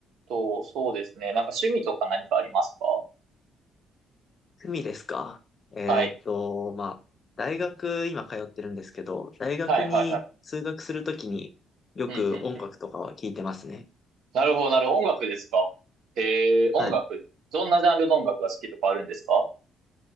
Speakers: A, on the right; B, on the left.
A: と、そうですね。なんか趣味とか何かありますか
B: 趣味ですかえーっと、
A: はい。
B: まあ、大学、今通ってるんですけど、大学に通学するときによく音楽とかは聞いてますね。
A: はいはいはい。うんうんうん。なるほど、なるほど。音楽ですかへえ、
B: はい。
A: 音楽。どんなジャンルの音楽が好きとかあるんですか